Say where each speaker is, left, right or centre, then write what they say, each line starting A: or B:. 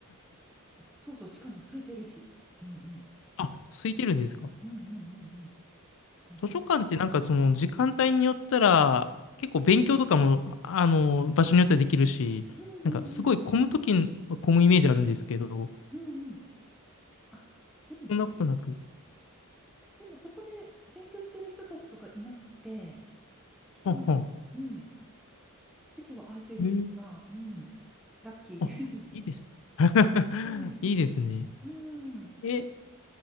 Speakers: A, in the centre; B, on the left (about 60°).
A: あ、そうそう、しかも空いてるし。うんうん。
B: あ、空いてるんですか
A: うんうんうんうん。そうそう。
B: 図書館ってなんかその時間帯によったら結構勉強とかもあの場所によってはできるしなんかすごい混む時に混むイメージあるんですけど
A: うんうんうん。うんうん。あ、うん
B: そんなことなく
A: でもそこで勉強してる人たちとかいなくて、結構なんか、
B: はんはん
A: うん、席は空いてるかな。
B: えー
A: うん。ラッキー。
B: あいいです <laughs>
A: <laughs> ええ
B: いいですね
A: うん。
B: え